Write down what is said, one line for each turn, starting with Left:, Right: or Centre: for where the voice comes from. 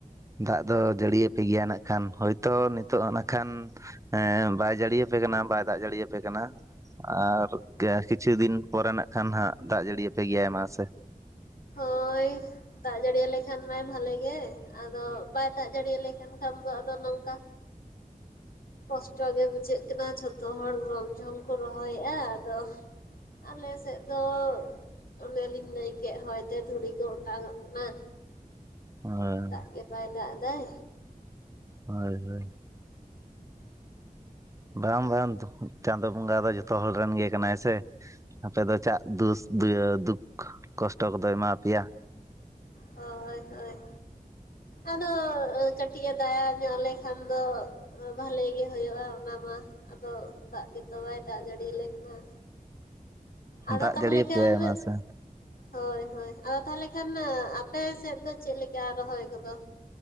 Right: ᱫᱟᱜ ᱫᱚ ᱡᱟᱹᱲᱤᱭᱟᱯᱮ ᱜᱮᱭᱟ ᱱᱟᱜ ᱠᱷᱟᱱ ᱦᱳᱭᱛᱳ ᱱᱤᱛᱚᱜ ᱱᱟᱜ ᱠᱷᱟᱱ ᱦᱮᱸ ᱵᱟᱭ ᱡᱟᱹᱲᱤᱭᱟᱯᱮ ᱠᱟᱱᱟ ᱵᱟᱭ ᱫᱟᱜ ᱡᱟᱹᱲᱤᱭᱟᱯᱮ ᱠᱟᱱᱟ ᱟᱨ ᱠᱤ ᱟᱠᱷᱤᱨ ᱠᱤᱪᱷᱩ ᱫᱤᱱ ᱯᱚᱨᱮ ᱱᱟᱜ ᱠᱷᱟᱱ ᱦᱟᱸᱟᱜ ᱫᱟᱜ ᱡᱟᱹᱲᱤᱭᱟᱯᱮ ᱜᱮᱭᱟᱭ ᱢᱟ ᱥᱮ
Left: ᱦᱳᱭ ᱫᱟᱜ ᱡᱟᱹᱲᱤ ᱭᱟᱞᱮ ᱠᱷᱟᱱ ᱢᱟᱭ ᱵᱷᱟᱞᱮᱜ ᱜᱮ ᱟᱫᱚ ᱵᱟᱭ ᱫᱟᱜ ᱡᱟᱹᱲ ᱟᱞᱮ ᱠᱟᱱ ᱠᱷᱟᱱ ᱫᱚ ᱟᱫᱚ ᱱᱚᱝᱠᱟ ᱠᱚᱥᱴᱚ ᱜᱮ ᱵᱩᱡᱷᱟᱹᱜ ᱠᱟᱱᱟ ᱡᱷᱚᱛᱚ ᱦᱚᱲ ᱨᱚᱢ ᱡᱷᱚᱢ ᱠᱚ ᱨᱚᱦᱚᱭᱮᱜ-ᱟ ᱟᱫᱚ ᱟᱞᱮᱥᱮᱫ ᱫᱚ ᱚᱱᱮᱞᱤᱧ ᱞᱟᱹᱭ ᱠᱮ ᱠᱮᱜ ᱦᱚᱭᱛᱮ ᱫᱷᱩᱲᱤ ᱠᱚ ᱚᱴᱟᱝᱚᱜ ᱠᱟᱱᱟ
Right: ᱦᱳᱭ
Left: ᱫᱟᱜ ᱜᱮ ᱵᱟᱭ ᱫᱟᱜ ᱫᱟᱭ
Right: ᱦᱳᱭ ᱦᱳᱭ ᱵᱟᱝ ᱵᱟᱝ ᱪᱟᱸᱫᱳ ᱵᱚᱸᱜᱟ ᱫᱚ ᱡᱚᱛᱚ ᱦᱚᱲ ᱨᱮᱱ ᱜᱮ ᱠᱟᱱᱟᱭ ᱥᱮ ᱟᱯᱮ ᱫᱚ ᱪᱟᱜ ᱫᱩᱥ ᱫᱩᱭ ᱫᱩᱠ ᱠᱚᱥᱴᱚ ᱠᱚᱫᱚᱭ ᱮᱢᱟ ᱟᱯᱮᱭᱟ
Left: ᱦᱳᱭ ᱦᱳᱭ ᱟᱫᱰᱚ ᱠᱟᱹᱴᱤᱡᱮ ᱫᱟᱭᱟ ᱧᱚᱜ ᱟᱞᱮ ᱠᱷᱟᱱ ᱫᱚ ᱵᱷᱟᱞᱮ ᱜᱮ ᱦᱩᱭᱩᱜ-ᱟ ᱚᱱᱟ ᱢᱟ ᱟᱫᱚ ᱫᱟᱜ ᱜᱮᱛᱚ ᱵᱟᱭ ᱫᱟᱜ ᱡᱟᱹᱲᱤᱭᱟᱞᱮᱱ ᱠᱟᱱᱟ ᱟᱫᱚ
Right: ᱫᱟᱜ
Left: ᱛᱟᱦᱚᱞᱮ
Right: ᱡᱟᱹᱲᱤᱭᱟᱯᱮᱭᱟᱭ
Left: ᱠᱷᱟᱱ
Right: ᱢᱟᱥᱮ
Left: ᱦᱳᱭ ᱦᱳᱭ ᱟᱫᱚ ᱛᱟᱦᱞᱮ ᱠᱷᱟᱱ ᱟᱯᱮ ᱥᱮᱫ ᱫᱚ ᱪᱮᱫ ᱞᱮᱠᱟ ᱨᱚᱦᱚᱭ ᱠᱚᱫᱚ